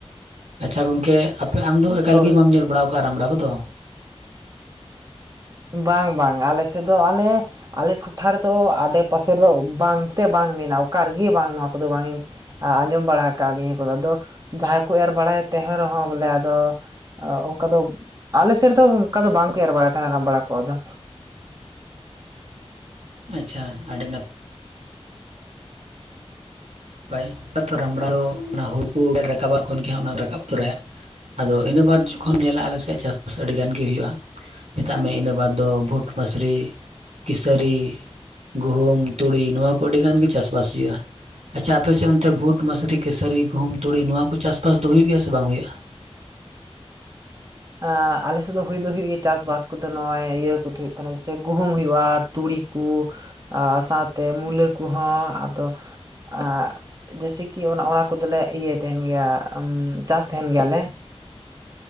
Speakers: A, on the right; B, on the right.
A: ᱟᱪᱪᱷᱟ ᱜᱚᱝᱠᱮ ᱟᱯᱮ ᱟᱢ ᱫᱚ ᱮᱠᱟᱞᱜᱮ
B: ᱦᱳᱭ
A: ᱵᱟᱢ ᱧᱮᱞ ᱵᱟᱲᱟ ᱠᱟ ᱨᱟᱢᱲᱟᱜ ᱠᱚ ᱫᱚ
B: ᱵᱟᱝ ᱵᱟᱝ ᱟᱞᱮ ᱥᱮᱫ ᱫᱚ ᱟᱞᱮ ᱟᱞᱮ ᱴᱚᱴᱷᱟ ᱨᱮᱫᱚ ᱟᱰᱮ ᱯᱟᱥᱮ ᱫᱚ ᱵᱟᱝᱛᱮ ᱵᱟᱝ ᱢᱮ ᱚᱠᱟᱨᱜᱮ ᱵᱟᱝ ᱱᱚᱣᱟ ᱠᱚᱫᱚ ᱵᱟᱝ ᱤᱧ ᱟᱸᱡᱚᱢ ᱵᱟᱲᱟ ᱠᱟᱜ ᱱᱤᱭᱟᱹ ᱠᱚᱫᱚ ᱡᱟᱦᱟᱸᱭ ᱠᱚ ᱮᱨ ᱵᱟᱲᱟᱭ ᱛᱟᱦᱮᱸ ᱨᱮᱦᱚᱸ ᱵᱚᱞᱮ ᱟᱫᱚ ᱚᱱᱠᱟ ᱫᱚ ᱟᱞᱮ ᱥᱮᱫ ᱨᱮᱫᱚ ᱚᱱᱠᱟ ᱫᱚ ᱵᱟᱝ ᱠᱚ ᱮᱨ ᱵᱟᱲᱟᱭᱮᱫ ᱛᱟᱦᱮᱱᱟ ᱨᱟᱢᱵᱟᱲᱟ ᱠᱚ ᱫᱚ
A: ᱟᱪᱪᱷᱟ ᱟᱹᱰᱤ ᱱᱟᱯᱟᱭ ᱱᱟᱯᱟᱭ ᱛᱚ ᱨᱟᱢᱲᱟ ᱫᱚ ᱚᱱᱟ ᱦᱩᱲᱩ ᱨᱟᱠᱟᱵᱟ ᱠᱷᱚᱱ ᱜᱮᱟᱸᱜ ᱚᱱᱟ ᱨᱟᱠᱟᱵ ᱛᱚᱨᱟᱭᱟ ᱟᱫᱚ ᱤᱱᱟᱹ ᱵᱟᱫ ᱡᱚᱠᱷᱚᱱ ᱧᱮᱞᱟ ᱟᱞᱮ ᱥᱮᱫ ᱪᱟᱥᱵᱟᱥ ᱟᱹᱰᱤ ᱜᱟᱱ ᱜᱮ ᱦᱩᱭᱩᱜᱼᱟ ᱢᱮᱛᱟᱜ ᱢᱮ ᱤᱱᱟᱹ ᱵᱟᱫᱽ ᱫᱚ ᱵᱷᱩᱴ ᱢᱟᱹᱥᱨᱤ ᱠᱮᱥᱟᱹᱨᱤ ᱜᱩᱦᱩᱢ ᱛᱩᱲᱤ ᱱᱚᱣᱟ ᱠᱚ ᱟᱹᱰᱤ ᱜᱟᱱ ᱜᱮ ᱪᱟᱥᱵᱟᱥ ᱦᱩᱭᱩᱜᱼᱟ ᱟᱪᱪᱷᱟ ᱟᱯᱮᱥᱮᱫ ᱚᱱᱛᱮ ᱵᱷᱩᱴ ᱢᱟᱥᱨᱤ ᱠᱥᱟᱹᱨᱤ ᱜᱷᱩᱢ ᱛᱩᱲᱤ ᱱᱚᱣᱟ ᱠᱚ ᱪᱟᱥᱵᱟᱥ ᱫᱚ ᱦᱩᱭᱩᱜ ᱜᱮᱭᱟ ᱥᱮ ᱵᱟᱝ ᱦᱩᱭᱩᱜᱼᱟ
B: ᱟᱸ ᱟᱞᱮᱥᱮᱫ ᱫᱚ ᱦᱩᱭ ᱫᱚ ᱦᱩᱭᱩᱜ ᱜᱮ ᱪᱟᱥᱵᱟᱥ ᱠᱚᱫᱚ ᱱᱚᱜᱼᱚᱭ ᱤᱭᱟᱹ ᱠᱚᱫᱚ ᱦᱩᱭᱩᱜ ᱛᱟᱦᱮᱱᱟ ᱡᱮᱭᱥᱮ ᱜᱩᱦᱩᱢ ᱦᱩᱭᱩᱜᱼᱟ ᱛᱩᱲᱤ ᱠᱚ <inaudible> ᱟᱨ ᱥᱟᱶᱛᱮ ᱢᱩᱞᱟᱹ ᱠᱚᱦᱚᱸ ᱟᱫᱚ ᱟᱸ <inaudible> ᱡᱮᱮᱥᱮ ᱠᱤ ᱚᱱᱟ ᱚᱱᱟ ᱠᱚᱫᱚᱞᱮ ᱤᱭᱟᱹᱭ ᱛᱟᱦᱮᱱ ᱜᱮᱭᱟ <unintelligible> ᱪᱟᱥ ᱛᱟᱦᱮᱱ ᱜᱮᱭᱟᱞᱮ